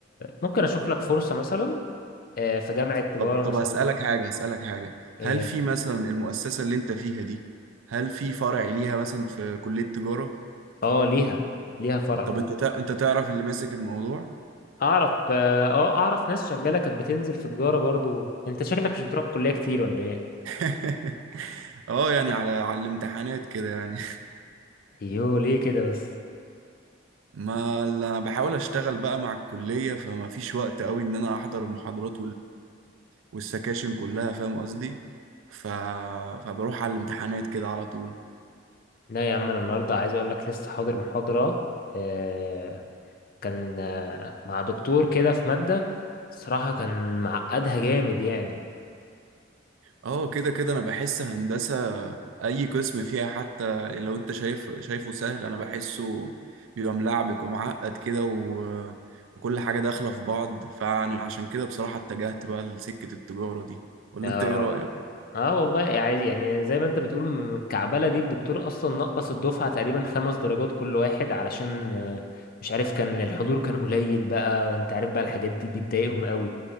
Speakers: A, on the left; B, on the right.
A: ممكن اشوف لك فرصه مثلا آه، في جامعه تجاره
B: طب طب
A: مثلا
B: هسألك
A: وكده
B: حاجة هسألك حاجة
A: ايه
B: هل في مثلا المؤسسة اللي انت فيها دي هل في فرع ليها مثلا في كلية تجارة
A: اه ليها ليها فرع
B: طب
A: آه.
B: انت تع... انت تعرف اللي ماسك الموضوع
A: اعرف اه آه، اعرف ناس شغاله كانت بتنزل في تجاره برضو انت شكلك مش بتروح الكليه كتير ولا ايه
B: <laughs> اه يعني على على الامتحانات كده يعني
A: ايوه ليه كده بس
B: ما اللي انا بحاول اشتغل بقى مع الكلية فما فيش وقت قوي ان انا احضر المحاضرات والسكاشن كلها فاهم قصدي ف... فبروح على الامتحانات كده على طول
A: لا يا عم انا النهارده عايز اقول لك لسه حاضر محاضره آه كان آه مع دكتور كده في ماده الصراحه كان معقدها جامد يعني
B: اه كده كده انا بحس هندسة اي قسم فيها حتى لو انت شايف شايفه سهل انا بحسه بيبقى ملعبك ومعقد كده و... وكل حاجة داخلة في بعض فانا عشان كده بصراحة اتجهت بقى لسكة التجارة دي ولا
A: اه
B: انت ايه رأيك؟
A: اه والله يعني يعني زي ما انت بتقول م- الكعبله دي الدكتور اصلا نقص الدفعه تقريبا خمس درجات كل واحد علشان آه، مش عارف كان الحضور كان قليل بقى انت عارف بقى الحاجات دي بتضايقهم قوي